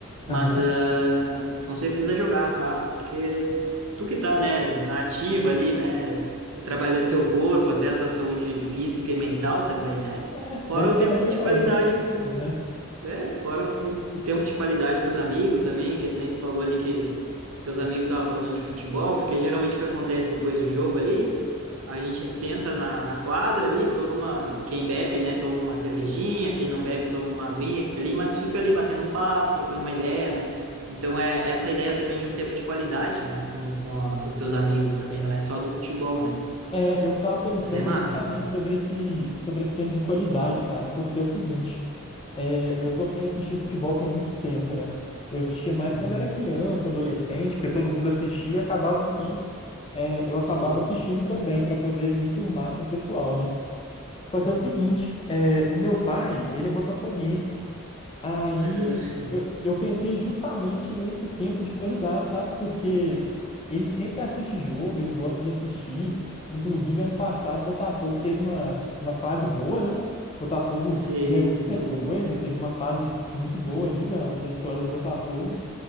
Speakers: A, on the right (about 75°); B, on the left (about 25°).
A: Mas
B: Aham.
A: uh, com certeza jogar, bah, porque tu que tá, né, na ativa ali, né, trabalhando teu corpo, até a tua saúde física e mental também, né?
B: É,
A: Fora
B: bom que
A: o tempo
B: você alia
A: de qualidade
B: as duas coisas,
A: com
B: né?
A: é, fora um, um tempo de qualidade com os amigos também, que nem tu falou ali que teus amigos estavam falando de futebol, porque geralmente o que acontece depois do jogo ali, a gente senta na, na quadra ali, toma, quem bebe, né, toma uma cervejinha, quem não bebe toma uma aguinha ali, mas fica ali batendo um papo, trocando uma ideia, né? Então é essa ideia também de um tempo de qualidade, né, com, com, a- com os teus amigos também, não é só do futebol, né?
B: É, eu tava pensando
A: Mas é massa,
B: justamente
A: assim.
B: sobre esse, sobre esse tempo de qualidade, cara, porque é o seguinte, é, eu tô sem assistir futebol tem muito tempo, né? Eu assistia mais
A: Uhum.
B: quando eu era criança, adolescente, porque todo mundo assistia e acabava que é, eu acabava
A: Sim.
B: assistindo também pra poder me enturmar com o pessoal, né? Só
A: Uhum.
B: que é o seguinte, é, o meu pai, ele é botafoguense. Aí
A: Uhum.
B: eu, eu pensei justamente nesse tempo de qualidade, sabe? Porque ele sempre assiste jogo, ele gosta de assistir. Inclusive, ano passado,
A: Uhum.
B: Botafogo teve uma, uma fase boa, né? Botafogo
A: Sim,
B: ganhou muita
A: sim.
B: coisa, teve uma fase muito boa aí da, da história do Botafogo.